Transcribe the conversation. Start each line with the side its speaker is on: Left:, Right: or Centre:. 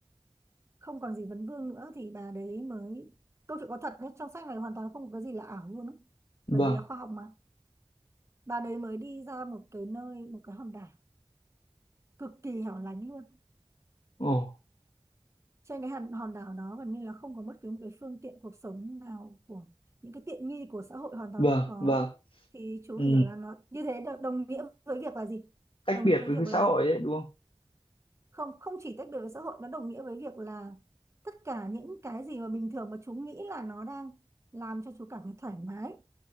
Right: không còn gì vấn vương nữa thì bà đấy mới câu chuyện có thật nhé trong sách này hoàn toàn không có cái gì là ảo luôn ấy. bởi
Left: vâng,
Right: vì là khoa học mà bà đấy mới đi ra một cái nơi một cái hòn đảo cực kỳ hẻo lánh luôn
Left: ồ,
Right: trên cái hòn hòn đảo đó gần như là không có bất cứ một cái phương tiện cuộc sống nào của những cái tiện nghi của xã hội hoàn toàn
Left: vâng,
Right: không có
Left: vâng,
Right: thì chú
Left: ừ.
Right: phải hiểu là nó như thế đo- đồng nghĩa với việc là gì
Left: Tách
Right: đồng
Left: biệt
Right: nghĩa với
Left: với
Right: việc
Left: cái
Right: là
Left: xã hội đấy đúng không?
Right: không không chỉ tách biệt với xã hội nó đồng nghĩa với việc là tất cả những cái gì mà bình thường mà chú nghĩ là nó đang làm cho chú cảm thấy thoải mái